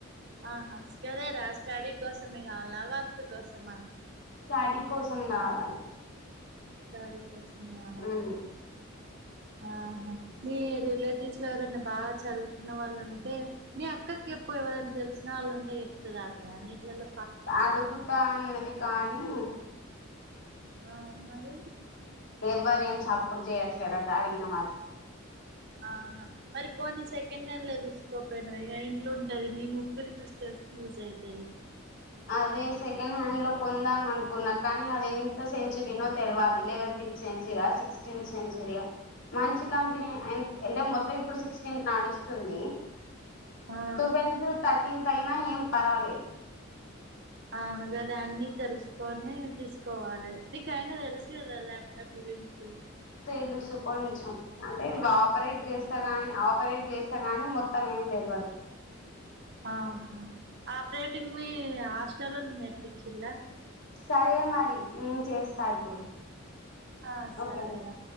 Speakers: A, on the right; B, on the left.
A: ఆ హస్ కదేరా స్టడీ కోసం ఆ కావాలా వర్క్ కోసమా
B: స్టడీ కోసం గావాలి
A: దాడీ కోసమా
B: ఉమ్
A: ఆహా మీ రిలేటివ్స్ లో ఎవరన్నా బాగ చదువుకున్న వాళ్ళు ఉంటే నీ అక్కక్ కెప్పు ఎవరన్నా దెస్సినా వాళ్ళుంటే ఏప్తుది ఆమె అన్నింటిలలో
B: అడుగుతా అన్నది కానీ
A: ఆ మరి
B: ఎవ్వరేం సప్పుడు జేయ్యట్లేరాట అడిగిన వారు
A: ఆహా మరి పోనీ సెకండ్ హ్యాండ్ల దీస్కోపోయ్నవ్ ఇగా ఇంట్లుంటది మీ ముగ్గురు సిస్టర్స్ కి యూస్ అయితది
B: అదే సెకండ్ హ్యాండ్ లో కొందాం అన్కున్నా కానీ అది ఎంత సెంచిరీనో తెల్వాలి లెవెంటీన్త్ సెంచరా సిక్స్టీన్ సెంచరీయా మంచి కంపెనీ అంటే మొత్తం ఇప్పుడు సిక్స్టీన్త్ నాడుస్తుంది
A: ఆ
B: ట్వెల్త్ తట్టింత్ అయినా ఏం పర్వాలేదు
A: ఆ గాదే అన్నీ తెల్సుకొనీ తీస్కోవాలే నీకైనా తెల్సు గాదా ఎప్పుడించి
B: తెలుసు కొంచెం అంటే అవి ఆపరేట్ జెస్ స్తగాని ఆపరేట్ జేస్తే గాని మొత్తం ఏం తెల్వాదు
A: ఆహా ఆపరేటింగ్ వీ ఆస్టల్లో నేర్పిచ్చిల్లా
B: సరే మరి నేన్ చేస్తా ఇప్పుడు
A: ఆ సరేరా
B: ఓకేనా